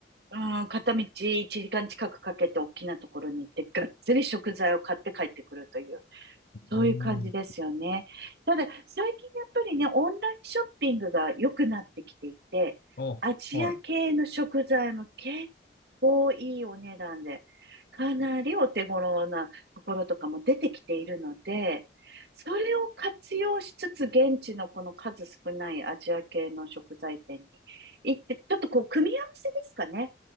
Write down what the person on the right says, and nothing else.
うん、片道1時間近くかけて大きなところに行って、がっつり食材を買って帰ってくるという、
そういう感じですよね。ただ、最近やっぱりね、オンラインショッピングが良くなってきていて、
アジア系の食材も結構いいお値段で、
かなりお手頃なところとかも出てきているので、それを活用しつつ、現地のこの数少ないアジア系の食材店に行って、ちょっとこう、組み合わせですかね。